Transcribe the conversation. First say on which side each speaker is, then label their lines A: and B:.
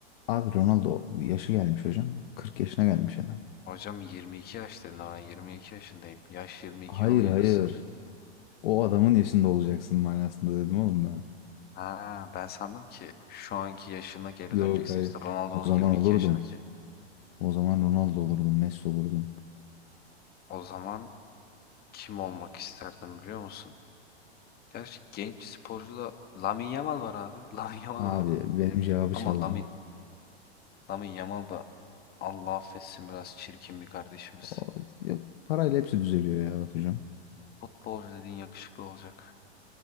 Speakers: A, on the left; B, on the left.
A: Abi Ronaldo yaşı gelmiş hocam. kırk yaşına gelmiş adam.
B: Hocam 22 yaş dedin ama ben 22 yaşındayım. Yaş 22
A: Hayır
B: yolun yarısı.
A: hayır. O adamın yaşında olacaksın manasında dedim oğlum ben.
B: Ha, ben sandım ki şu anki yaşına
A: <laughs>
B: geri
A: Yok
B: döneceksin
A: hayır.
B: işte Ronaldo'nun
A: O zaman
B: 22
A: olurdum.
B: yaşındaki.
A: O zaman Ronaldo olurdun, Messi olurdun.
B: O zaman kim olmak isterdim biliyor musun? Gerçi genç sporcu da Lamine Yamal var abi. <laughs> Lamine Yamal
A: Abi
B: olurdum.
A: benim cevabı
B: Ama
A: çaldın.
B: Lamine, Lamine Yamal da Allah affetsin biraz çirkin bir kardeşimiz.
A: O, ya, parayla hepsi düzeliyor ya Batucuğum.
B: Futbolcu dediğin yakışıklı olacak.